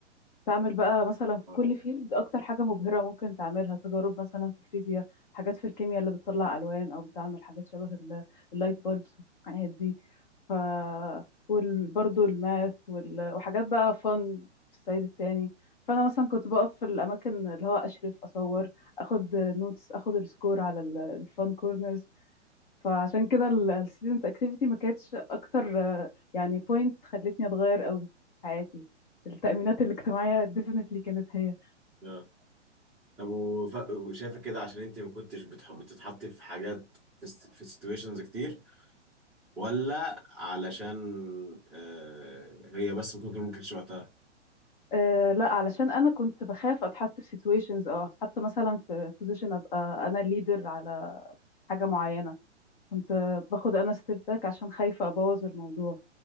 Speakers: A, on the left (about 45°); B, in the centre.
A: تعمل بقى مثلا في
B: اه
A: كل فيلد اكتر حاجة مبهرة ممكن تعملها تجارب مثلا في الفيزياء حاجات في الكيمياء اللي بتطلع الوان او بتعمل حاجات شبه ال- اللايت بولبس والحاجات دي ف وبرضه الماث وال... وحاجات بقى فن في الصعيد التاني فانا مثلا كنت بقف في الاماكن اللي هو اشرف اصور اخد نوتس اخد السكور على الفان كورنرز فعشان كده الستودنت اكتيفيتي ما كانتش اكتر آه، يعني بوينت خلتني اتغير قوي في حياتي التأمينات الاجتماعية definitely كانت هي
B: اه طب وف- وشايفه كده عشان انت ما كنتش بتحب بتتحطي في حاجات في س- في سيتويشنز كتير ولا علشان آه هي بس ممكن يكون ما كانش وقتها
A: أه لا علشان أنا كنت بخاف أتحط في situations أو أتحط مثلا في position أبقى أنا leader على حاجة معينة كنت باخد أنا step back عشان خايفة أبوظ الموضوع